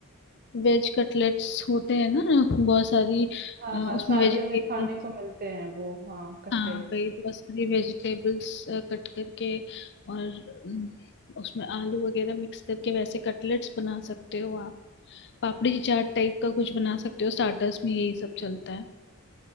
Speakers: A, on the left (about 50°); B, on the right (about 40°).
A: वेज कटलेट्स होते हैं ना बहुत सारी
B: हाँ
A: अ,
B: हाँ
A: उसमें
B: शादियों
A: वेजिटेबल
B: में खाने को मिलते हैं वो हाँ कटलेट्स
A: हाँ वही बहुत सारी वेजिटेबल्स कट करके और अम, उसमें आलू वगैरह मिक्स करके वैसे कटलेट्स बना सकते हो आप पापड़ी चाट टाइप का कुछ बना सकते हो स्टार्टर्स में यही सब चलता है